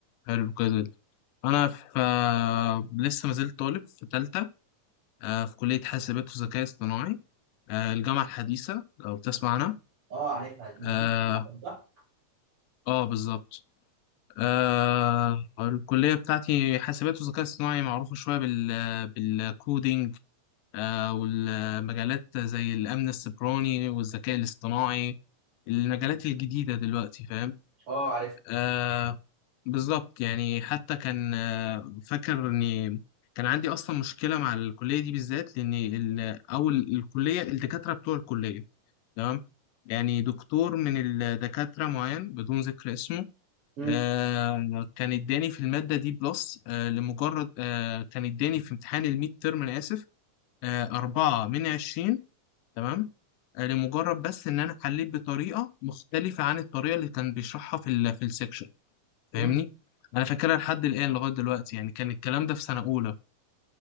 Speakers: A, on the left; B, on the right.
A: حلو كويس جدا انا في آه، لسه ما زلت طالب في تالتة آه، في كلية حاسبات وذكاء اصطناعي آه، الجامعة الحديثة لو بتسمع
B: اه عارفها دي
A: عنها
B: صح؟
A: اه بالظبط آه الكلية بتاعتي حاسبات وذكاء اصطناعي معروفة شوية بال بالكودينج آه والمجالات زي الأمن السيبراني والذكاء الاصطناعي المجالات الجديدة دلوقتي فاهم
B: اه عارفها
A: آه بالظبط يعني حتى كان آه فاكر إني كان عندي أصلا مشكلة مع الكلية دي بالذات لأن ال- أول الكلية الدكاترة بتوع الكلية تمام يعني دكتور من الدكاترة معين بدون ذكر اسمه
B: مم.
A: آه كان اداني في المادة دي بلس آه لمجرد آه كان اداني في امتحان الميد ترم أنا آسف آه أربعة من عشرين تمام آه لمجرد بس إن أنا حليت بطريقة مختلفة عن الطريقة اللي كان بيشرحها في ال في السكشن فاهمني؟
B: مم.
A: أنا فاكرها لحد الآن لغاية دلوقتي يعني كان الكلام ده في سنة أولى